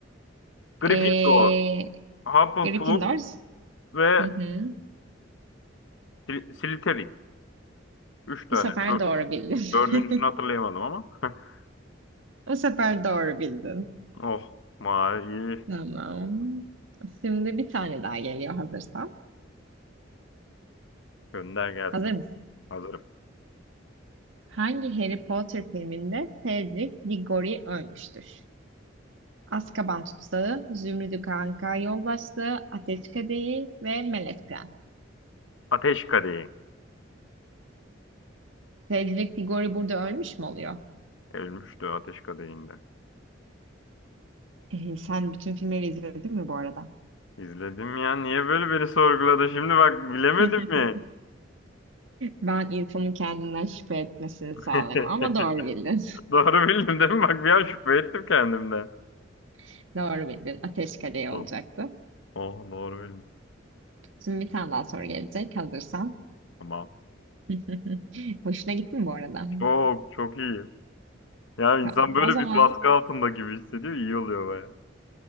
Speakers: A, on the left; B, on the right.
A: Gryffindor,
B: Ee,
A: Hufflepuff
B: Gryffindor.
A: ve
B: Hı hı.
A: Sly- Slytherin. Üç tane.
B: Bu sefer
A: Dör-
B: doğru bildim.
A: dördüncüsünü hatırlayamadım
B: <laughs>
A: ama. <laughs>
B: Bu sefer doğru bildin.
A: Oh. Mavi.
B: Tamam. Şimdi bir tane daha geliyor hazırsan.
A: Gönder gelsin.
B: Hazır mısın?
A: Hazırım.
B: Hangi Harry Potter filminde Cedric Diggory ölmüştür? Azkaban Tutsağı, Zümrüdü Kanka Yoldaşlığı, Ateş Kadehi ve Melek Prens.
A: Ateş Kadehi.
B: Cedric Diggory burada ölmüş mü oluyor?
A: Ölmüştü Ateş Kadehi'nde.
B: Ee, sen bütün filmleri izledin mi bu arada?
A: İzledim ya. Niye böyle beni sorguladı? Şimdi bak bilemedim
B: <laughs>
A: mi?
B: Ben insanın kendinden şüphe etmesini
A: <laughs>
B: sağlarım ama doğru bildin.
A: Doğru bildim değil mi? Bak bir an şüphe ettim kendimden.
B: <laughs> Doğru bildin. Ateş Kadehi olacaktı.
A: Oh, oh, doğru bildim.
B: Şimdi bir tane daha soru gelecek hazırsan.
A: Tamam.
B: <laughs> Hoşuna gitti mi bu arada?
A: Çok çok iyi. Ya insan
B: Tamam.
A: böyle
B: O zaman
A: bir baskı altında gibi hissediyor, iyi oluyor baya.